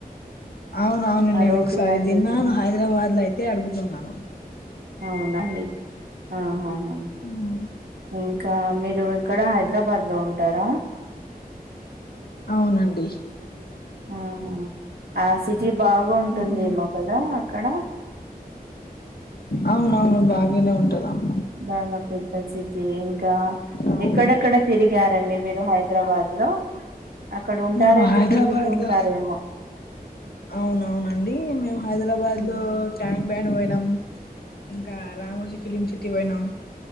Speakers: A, on the left; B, on the right.
A: అవున అవును
B: ఆరోటి
A: నేను ఒకసారి
B: లాంటివి
A: తిన్నాను హైదరాబాద్ లో అయితే అడుగుతున్నాను.
B: అవునండి ఆహాహా.
A: ఉమ్
B: ఇంకా మీరు ఇక్కడ హైదరాబాద్లో ఉంటారా.
A: అవునండి.
B: ఉహుమ్ ఆ సిటీ బాగుంటుందేమో
A: ఉమ్
B: కదా అక్కడ.
A: అవున అవును బాగనే ఉంటదామ.
B: బాగా పెద్ద సిటీ ఇంకా.
A: అవును
B: ఎక్కడెక్కడ తిరిగారండి మీరు హైదరాబాద్ లో. అక్కడ ఉంటారైతే
A: మేము హైదరాబాద్లో.
B: తిరుగుతూ ఉంటారేమో
A: అవునవునండి మేమ్ హైదరాబాద్
B: ఉమ్.
A: లో. ట్యాంగ్క్ బ్యాండ్ పోయినాం ఇంకా రామోజీ ఫిలిమ్ సిటీ పోయినాం.